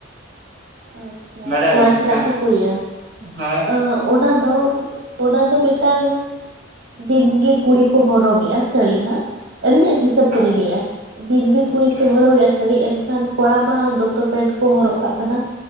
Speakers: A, on the right; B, on the right.
A: ᱟᱪᱪᱷᱟ
B: ᱵᱟᱰᱟᱭᱟᱵᱤᱱ
A: ᱠᱚᱲᱟ ᱪᱮᱫᱟᱜ
B: ᱥᱮ ᱵᱟᱝᱟ
A: ᱠᱚ ᱠᱩᱲᱤ-ᱟ
B: ᱦᱳᱭ
A: ᱟᱸ ᱚᱱᱟ ᱫᱚ ᱚᱱᱟ ᱫᱚ ᱢᱤᱫᱴᱟᱝ ᱫᱤᱱᱜᱮ ᱠᱩᱲᱤ ᱠᱚ ᱦᱚᱨᱚᱜᱮᱜ-ᱟ ᱥᱟᱹᱲᱤ ᱱᱟᱦᱟᱜ᱾ ᱟᱹᱞᱤᱧᱟᱜ ᱦᱤᱥᱟᱹᱵᱽ
B: ᱦᱳᱭ
A: ᱛᱮᱞᱤᱧ ᱞᱟᱹᱭᱮᱜ-ᱟ ᱫᱤᱱᱜᱮ ᱠᱩᱲᱤ
B: ᱟᱪᱪᱷᱟ
A: ᱠᱚ ᱦᱚᱨᱚᱜᱮ-ᱟ ᱥᱟᱹᱲᱤ ᱮᱱ ᱠᱷᱟᱱ ᱠᱚᱲᱟ ᱢᱟ ᱫᱚᱛᱚ ᱯᱮᱱᱴ ᱠᱚ ᱦᱚᱨᱚᱜ ᱠᱟᱜ ᱠᱟᱱᱟ᱾